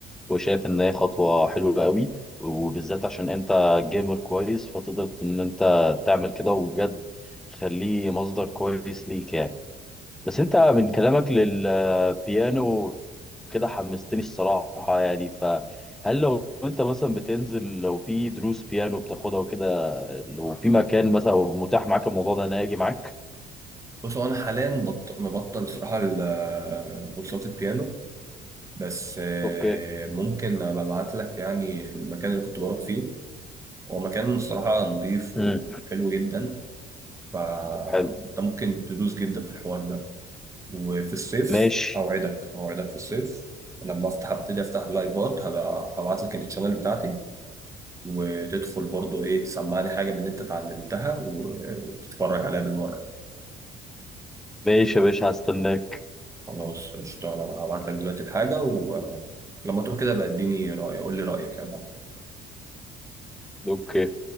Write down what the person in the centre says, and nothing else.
وشايف ان هي خطوه حلوه قوي وبالذات عشان انت جيمر كويس فتقدر ان انت تعمل كده وبجد خليه مصدر كويس ليك يعني بس انت من كلامك للبيانو كده حمستني الصراحه يعني فهل لو انت مثلا بتنزل لو في دروس بيانو بتاخدها وكده لو في مكان مثلا متاح معاك الموضوع ده انا اجي معاك
اوكي
امم
حلو
ماشي
ماشي يا باشا هستناك
اوكي